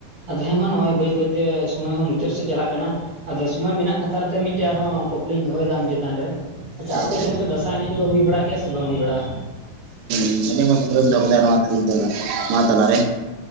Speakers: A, on the right (about 60°); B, on the right (about 85°).
A: ᱟᱫᱚ ᱦᱮᱸ ᱢᱟ᱾ ᱱᱚᱜ ᱚᱭ ᱵᱟᱹᱭ - ᱵᱟᱹᱭᱛᱮ ᱥᱚᱢᱚᱭ ᱦᱚᱸ ᱢᱩᱪᱟᱹᱫ ᱥᱮᱫ ᱪᱟᱞᱟ-ᱜ ᱠᱟᱱᱟ᱾ ᱟᱫᱚ ᱥᱚᱢᱚᱭ ᱢᱮᱱᱟ-ᱜ ᱠᱟᱛᱷᱟᱛᱮ, ᱢᱤᱫᱴᱮᱡ ᱟᱨ-ᱦᱚᱸ ᱠᱩᱠᱞᱤᱧ ᱫᱚᱦᱚᱭᱮ ᱫᱟ ᱾ ᱟᱢ ᱪᱮᱛᱟᱱ ᱨᱮ ᱟᱪᱪᱷᱟ,
B: ᱴᱷᱤᱠ
A: ᱟᱯᱮᱥᱱ
B: ᱜᱮᱭᱟ
A: ᱫᱟᱥᱟᱸᱟᱭ ᱮᱱᱮᱡ ᱠᱚ᱾ ᱦᱩᱭ ᱵᱟᱲᱟ-ᱜ ᱜᱮᱭᱟ ᱥᱮ, ᱵᱟᱝ ᱦᱩᱭᱲᱟᱜᱼᱟ?
B: <inaudible> <unintelligible> ᱱᱚᱣᱟ ᱛᱟᱞᱟ ᱨᱮ᱾